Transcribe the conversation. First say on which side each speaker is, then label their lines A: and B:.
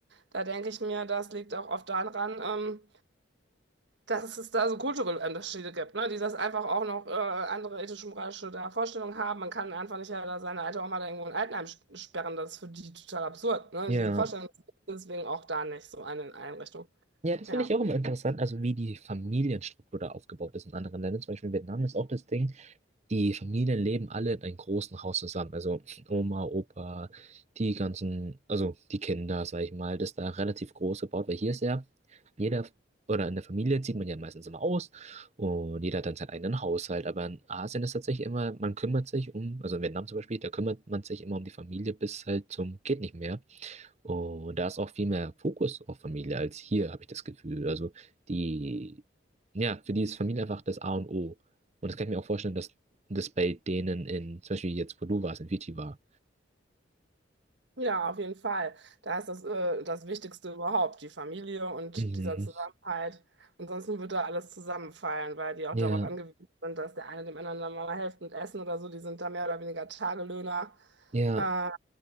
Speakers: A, on the right; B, on the right.
A: da denke ich mir, das liegt auch oft daran, ähm, dass es da so kulturelle Unterschiede gibt, ne? Die das einfach auch noch äh, andere ethisch-moralische da Vorstellungen haben. Man kann einfach nicht ja, da seine alte Oma da irgendwo in Altenheim sch- sperren. Das ist für die total absurd, ne?
B: Ja.
A: Diese Vorstellung ist deswegen auch da nicht so eine Einrichtung.
B: Ja, das
A: Ja.
B: finde ich auch immer interessant, also wie die Familienstruktur da aufgebaut ist in anderen Ländern. Zum Beispiel in Vietnam ist auch das Ding, Die Familien leben alle in einem großen Haus zusammen. Also Oma, Opa, die ganzen, also die Kinder, sag ich mal, das ist da relativ groß gebaut, weil hier ist ja jeder, oder in der Familie zieht man ja meistens immer aus und jeder hat dann seinen eigenen Haushalt. Aber in Asien ist tatsächlich immer, man kümmert sich um, also in Vietnam zum Beispiel, da kümmert man sich immer um die Familie bis halt zum geht nicht mehr und da ist auch viel mehr Fokus auf Familie als hier, habe ich das Gefühl. Also die, ja, für die ist Familie einfach das A und O. Und das kann ich mir auch vorstellen, dass das bei denen in, zum Beispiel jetzt, wo du warst, in Fiji war.
A: Ja, auf jeden Fall. Da ist das, äh, das Wichtigste überhaupt, die Familie und
B: Mhm.
A: dieser Zusammenhalt. Ansonsten wird da alles zusammenfallen, weil die auch
B: Ja,
A: darauf angewiesen sind, dass der eine dem anderen dann mal hilft und essen oder so. Die sind da mehr oder weniger Tagelöhner.
B: ja,
A: Ähm,